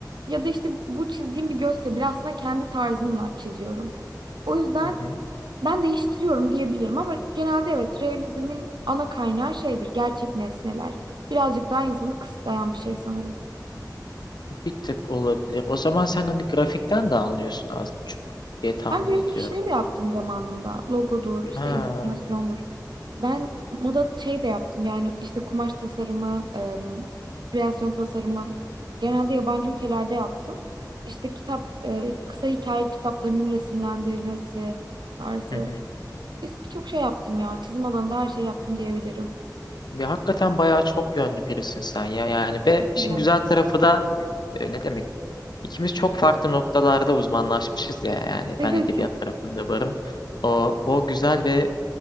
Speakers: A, on the right; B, on the left.
A: Ya da işte bu çizdiğim bir gözse bile aslında kendi tarzımla çiziyorum. O yüzden
B: hı hı.
A: ben değiştiriyorum diyebilirim ama genelde evet realizmin ana kaynağı şeydir, gerçek nesneler. Birazcık daha insanı kısıtlayan bir şey sanırım.
B: Bir tık olabilir. O zaman sen hani grafikten de anlıyorsun az buçuk diye tahmin
A: Ben grafik
B: ediyorum.
A: işleri de yaptım zamanında. Logodur, işte
B: Ha,
A: illüstrasyondur. Ben moda şey de yaptım yani işte kumaş tasarımı, em, kreasyon tasarımı genelde yabancı ülkelerde yaptım. İşte kitap, e, kısa hikaye kitaplarının resimlendirilmesi tarzı.
B: hı hı.
A: Biz birçok şey yaptım ya. Çizim alanında her şey yaptım diyebilirim.
B: Ve hakikaten bayağı çok yönlü birisin sen ya yani ve
A: Teşekkürler.
B: işin güzel tarafı da e, ne demek? İkimiz çok farklı noktalarda uzmanlaşmışız ya yani
A: <laughs> Evet,
B: ben edebiyat tarafında varım. O, o güzel ve